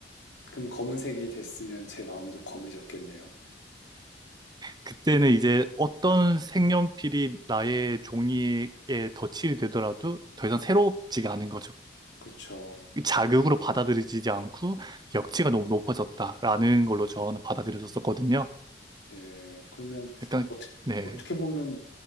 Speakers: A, on the left; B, on the right.
A: 그럼 검은색이 됐으면 제 마음도 검해졌겠네요.
B: 그때는 이제 어떤 색연필이 나의 종이에 덧칠이 되더라도 더 이상 새롭지가 않은 거죠.
A: 그죠
B: 이 자극으로 받아들이지 않고 역치가 너무 높아졌다라는 걸로 저는 받아들였었거든요.
A: 네. 그러면
B: 약간
A: 어떻
B: 네,
A: 어떻게 보면